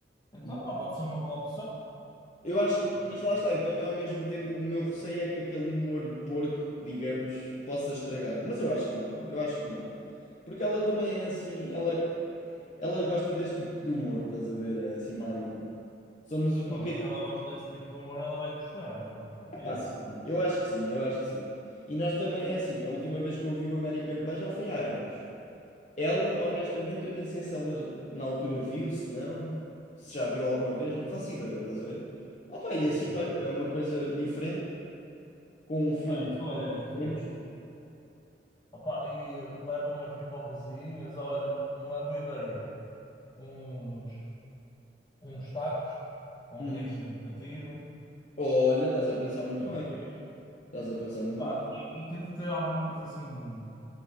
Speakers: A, on the left; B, on the left.
A: Então,
B: Uhum.
A: pá, pode ser uma boa opção.
B: Eu acho,
A: Ah,
B: que- mas lá está, eu também ao mesmo tempo, o meu receio é que aquele humor porco, digamos, possa estragar, mas eu acho que não, eu acho que não. Porque ela também é assim, ela, ela gosta deste tipo de humor, estás a ver? É assim mais,
A: Ok.
B: somos um
A: Pá,
B: bocadinho
A: mas se ela gosta desse tipo de humor, ela vai gostar, né, à partida.
B: Pá, sim. Eu acho que sim, eu acho que sim. E nós também, é assim, a última vez que eu vi o American Pie já foi há anos. Ela, honestamente, eu nem sei se ela na altura viu, se não, se já viu alguma vez, não faço ideia, estás a ver? Opa, e
A: Ok.
B: assim, olha, é uma coisa diferente, com um filme
A: Ah, isso
B: de
A: é diferente.
B: menos.
A: Ah, pá, e leva umas pipocazinhas. Olha, uma boa ideia. Uns, uns tacos com
B: Hum.
A: um queijinho derretido.
B: Olha, estás a pensar muito
A: Tacos
B: bem,
A: frescos.
B: estás a pensar muito
A: Pá,
B: bem.
A: e, e tenta ter alguma coisa assim,